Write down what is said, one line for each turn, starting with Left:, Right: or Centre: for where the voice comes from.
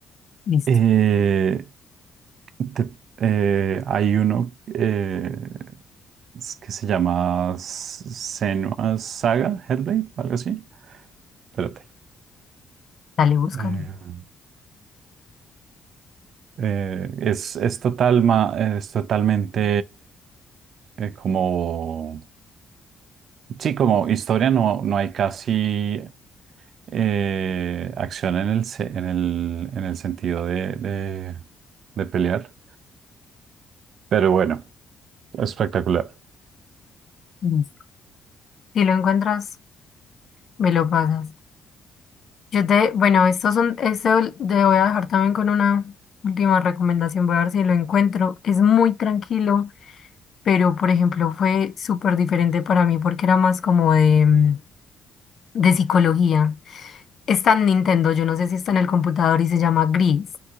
Left: listo
Right: Eh, te- eh, hay uno eh, s- que se llama S- Senua Saga Hellblade, o algo así. Espérate.
Left: Dale, búscalo.
Right: Eh, eh, es, es, total, ma- es totalmente eh, como... Sí, como historia no, no hay casi eh, acción en el, se- en el, en el sentido de, de, de pelear. Pero bueno, espectacular.
Left: Listo. Si lo encuentras, me lo pasas. Yo te, bueno, estos son, este ol- te voy a dejar también con una última recomendación. Voy a ver si lo encuentro. Es muy tranquilo, pero por ejemplo, fue súper diferente para mí porque era más como de, mm, de psicología. Está en Nintendo, yo no sé si está en el computador y se llama Gris.